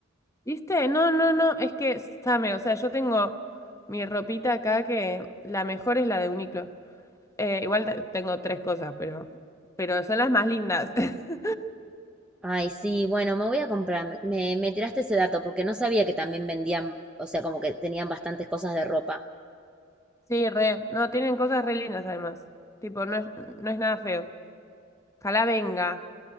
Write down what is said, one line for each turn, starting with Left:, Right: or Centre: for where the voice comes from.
Left: ¿Viste? No, no, no, es que, Same, o sea, yo tengo mi ropita acá que la mejor es la de Uniqlo. Eh, igual te- tengo tres cosas, pero, pero son las más lindas. <laughs>
Centre: Ay, sí, bueno, me voy a comprar, me me tiraste ese dato porque no sabía que también vendían, o sea, como que tenían bastantes cosas de ropa.
Left: Sí, re. No, tienen cosas re lindas además. Tipo, no es, no es nada feo. Ojalá venga,